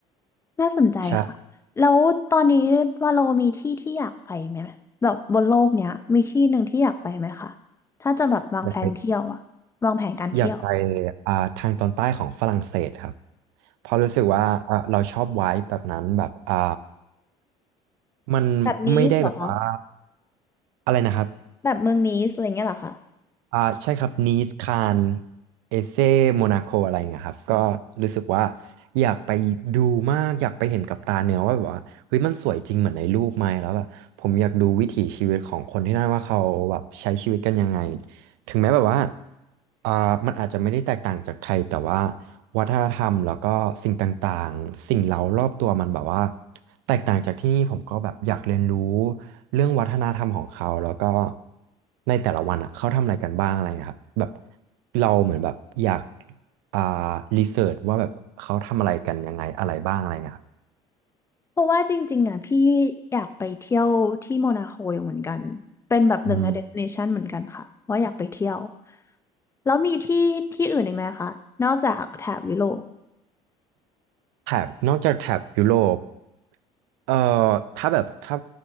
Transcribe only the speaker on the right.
ใช่
อยากไปอยากไปอ่าทางตอนใต้ของฝรั่งเศสครับเพราะรู้สึกว่าอ่าเราชอบไว้แบบนั้นแบบอ่ามัน
ไม่ได้แบบว่าอะไรนะครับ
อ่าใช่ครับนีสคานเอเซโมนาโคอะไรเงี้ยครับก็รู้สึกว่าอยากไปดูมากอยากไปเห็นกับตาเนื้อว่าแบบว่าเฮ้ยมันสวยจริงเหมือนในรูปไหมแล้วแบบผมอยากดูวิถีชีวิตของคนที่นั่นว่าเขาแบบใช้ชีวิตกันยังไงถึงแม้แบบว่าอ่ามันอาจจะไม่ได้แตกต่างจากไทยแต่ว่าวัฒนธรรมแล้วก็สิ่งต่างๆสิ่งเร้ารอบตัวมันแบบว่าแตกต่างจากที่นี่ผมก็แบบอยากเรียนรู้ เรื่องวัฒนธรรมของเขาแล้วก็ในแต่ละวันอ่ะเขาทำอะไรกันบ้างอะไรเงี้ยครับแบบเราเหมือนแบบอยากอ่ารีเสิร์ชว่าแบบเขาทำอะไรกันยังไงอะไรบ้างอะไรเงี้ยครับ
อืม
แถบนอกจากแถบยุโรปเอ่อถ้าแบบถ้า